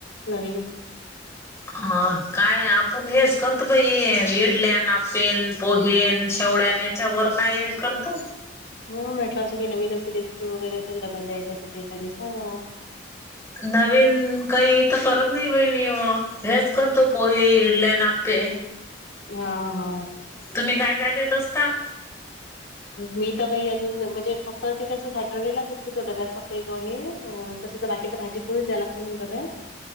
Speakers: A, on the left (about 75°); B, on the left (about 15°).
A: नवीन
B: अ काय का आपण हेच करतो पई इडल्यान आपेन पोहेन शेवड्यान याच्यावरर काय करतो
A: हा म्हटलं असं काही नवीन असशी रेसिपी वगैरे असेल दबन द्यायसाठी ते एखादी सांगा
B: नवीन काही तर करत नाही बाई मी हेच करतो पोहे, इडलॅन, आप्पे.
A: हा हा!
B: तुम्ही काय काय देत असता?
A: मी तर काही अजून म्हणजे फक्त ते कसं सॅटर्डेलाच असतो तो डब्यात फक्त तो हे, तसं तर बाकी तर भाजी पोळीच द्या लागते मग डब्यात.